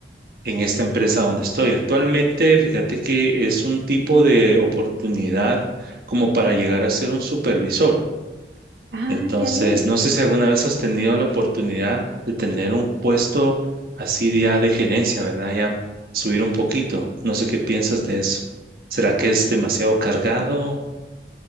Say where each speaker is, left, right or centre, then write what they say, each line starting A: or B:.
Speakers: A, on the right; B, on the right.
A: en esta empresa donde estoy. Actualmente, fíjate que es un tipo de oportunidad como para llegar a ser un supervisor.
B: Ah,
A: Entonces,
B: qué alegre.
A: no sé si alguna vez has tenido la oportunidad de tener un puesto así ya de gerencia, ¿verdad? Ya subir un poquito. No sé qué piensas de eso. ¿Será que es demasiado cargado?